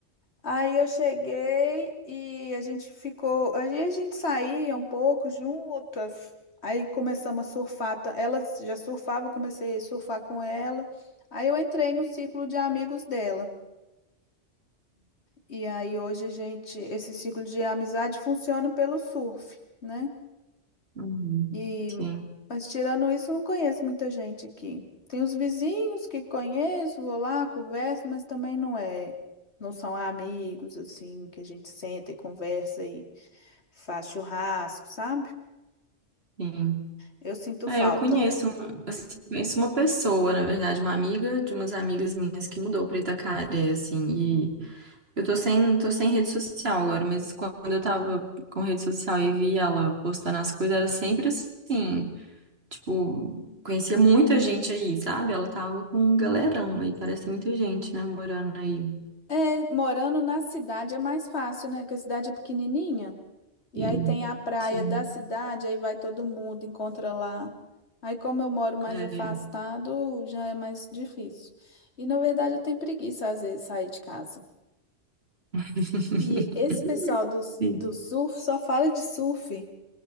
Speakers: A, on the left; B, on the right.
A: Aí eu cheguei e a gente ficou. Aí a gente saía um pouco juntas. Aí começamos a surfar. ta- Ela já surfava, eu comecei a surfar com ela. Aí eu entrei no ciclo de amigos dela. E aí hoje a gente, esse ciclo de amizade funciona pelo surf, né?
B: Uhum,
A: E,
B: Sim,
A: mas tirando isso, eu não conheço muita gente aqui. Tem os vizinhos que conheço, vou lá, converso, mas também não é, não são amigos assim que a gente senta e conversa e faz churrasco, sabe?
B: sim.
A: Eu sinto
B: É,
A: falta.
B: eu conheço, um- assim, conheço uma pessoa, na verdade, uma amiga de umas amigas minhas que mudou para Itacaré, assim, Eu tô sem, tô sem rede social agora, mas quando eu tava com rede social e vi ela postando as coisas, era sempre assim, tipo, conhecia muita gente aí, sabe? Ela tava com um galerão aí, parece ter muita gente, né, morando aí.
A: É, morando na cidade é mais fácil, né? Porque a cidade é pequenininha. E
B: Sim,
A: aí tem a praia
B: sim.
A: da cidade, aí vai todo mundo, encontra lá. Aí, como eu moro mais
B: É,
A: afastado, já é mais difícil. E, na verdade, eu tenho preguiça, às vezes, de sair de casa.
B: <laughs>
A: E esse pessoal do,
B: sim.
A: do surf só fala de surf.